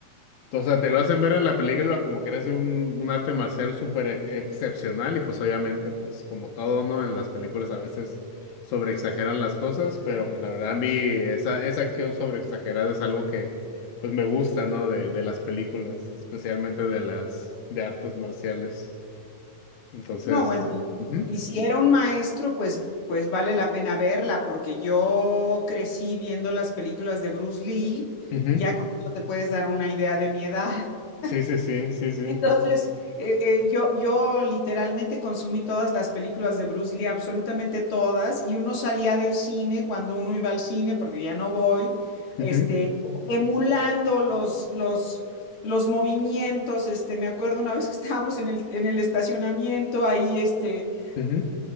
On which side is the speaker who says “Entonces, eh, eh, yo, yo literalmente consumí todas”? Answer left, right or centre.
Left